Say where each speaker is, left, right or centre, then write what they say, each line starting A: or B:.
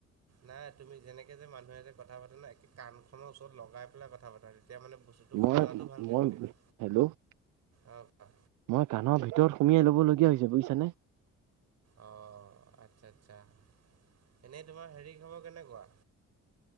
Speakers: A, on the right; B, on the right.
A: নাই তুমি যেনেকে যে মানুহে যে কথা পাতে ন, একে কাণ খনৰ ওচৰত লগাই পেলাই কথা পাতা তেতিয়া মানে
B: মই
A: শুনাটো ভালকে
B: মই
A: শুনিবা,
B: হেল্ল'
A: অ কোৱা
B: মই কানৰ ভিতৰত সুমিয়াই ল'ব লগীয়া হৈছে, বুজিছানে?
A: অ আচ্ছা আচ্ছা, এনেই তোমাৰ হেৰি খৱৰ কেনেকুৱা?